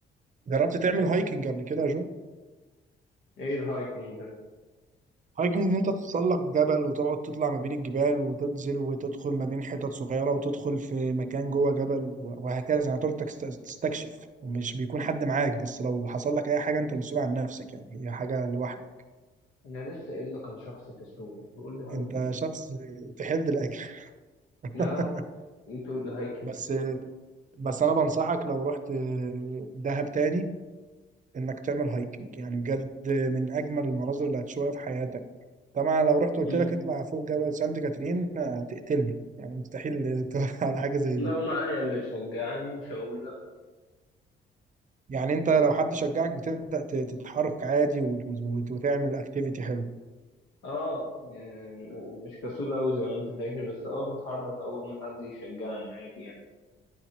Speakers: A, on the right; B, on the left.
A: جربت تعمل هايكنج قبل كده يا جو؟
B: ايه الهايكنج ده
A: هايكنج ان انت تتسلق جبل وتقعد تطلع ما بين الجبال وتنزل وتدخل ما بين حتت صغيره وتدخل في مكان جوه جبل و- وهكذا يعني تقعد تكست- تستكشف ومش بيكون حد معاك بس لو حصل لك اي حاجه انت مسؤول عن نفسك يعني هي حاجه لوحدك
B: انا لسه قايل لك انا شخص كسول تقول لي هايكنج
A: انت شخص تحب الاكل <laughs>
B: لا انت تقول لي هايكنج
A: بس بس انا بنصحك لو رحت دهب تاني انك تعمل هايكنج يعني بجد من اجمل المناظر اللي هتشوفها في حياتك طبعا لو رحت قلت
B: مم.
A: لك اطلع فوق جبل سانت كاترين آه، هتقتلني يعني مستحيل تقول <laughs> على حاجه زي
B: لو
A: دي
B: معايا اللي يشجعني مش هقول لا
A: يعني انت لو حد شجعك بتبدا ت- تتحرك عادي وت- وت- وتعمل اكتيفيتي حلو
B: اه يعني مش كسول أوي زي ما انت فاكر بس اه بتحرك اول ما حد يشجعني عادي يعني